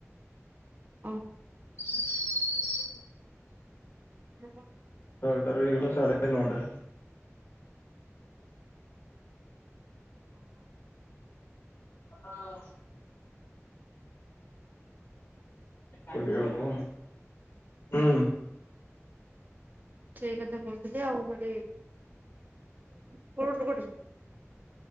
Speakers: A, on the right; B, on the left.
A: ଓହୋ।
B: <inaudible>
A: ଉଁ ଆପଣ
B: ଛଅଟାରୁ ହେଇଗଲା ସାଢେ ନଅଟା।
A: ଓ ହୋ ଆଚ୍ଛା।
B: ହଁ। କରିବା କଣ? ହୁଁ।
A: ସେଇ କଥା କୋହୁଥିଲି ଆଉ ମୁଁ କଲି କୋଉଟୁ କରିବି?